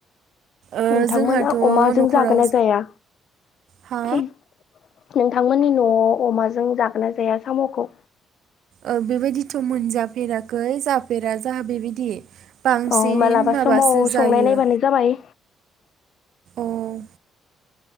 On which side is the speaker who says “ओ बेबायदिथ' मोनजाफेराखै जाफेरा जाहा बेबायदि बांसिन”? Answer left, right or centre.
Right